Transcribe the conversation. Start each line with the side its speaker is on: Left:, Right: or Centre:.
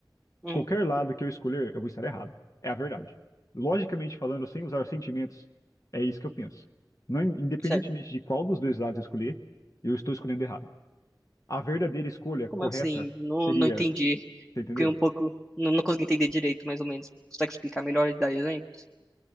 Centre: hum,
Left: Qualquer lado que eu escolher, eu vou estar errado. É a verdade. Logicamente falando, sem usar sentimentos, é isso que eu penso. Não, independentemente
Centre: certo.
Left: de qual dos dois lados eu escolher, eu estou escolhendo errado. A verdadeira escolha
Centre: Como
Left: correta
Centre: assim? Não,
Left: seria,
Centre: não entendi.
Left: você entendeu?
Centre: Fiquei um pouco. Não, não consegui entender direito, mais ou menos. Consegue explicar melhor e dar exemplos?